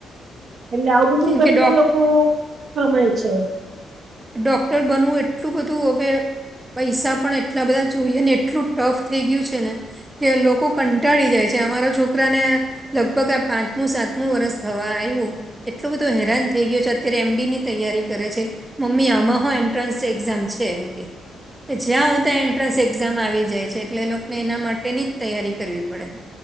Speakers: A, on the right; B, on the right.
A: એટલે આવું બધું
B: કેમ
A: કરીને
B: કે ડોક
A: લોકો કમાય છે.
B: ડોક્ટર બનવું એટલું બધું હવે પૈસા પણ એટલા બધા જોઈએ ને એટલું ટફ થઈ ગયું છે ને કે લોકો કંટાળી જાય છે અમારા છોકરા ને લગભગ આ પાંચમું સાતમું વરસ થવા આવ્યું એટલો બધો હેરાન થઈ ગયો છે અત્યારે એમડી ની તૈયારી કરે છે. મમ્મી આમાંહ એન્ટ્રન્સ એક્ઝામ છે એમ કે કે જ્યાં હોય ત્યાં એન્ટ્રન્સ એક્ઝામ આવી જાય છે એટલે લોકોને એના માટેની જ તૈયારી કરવી પડે.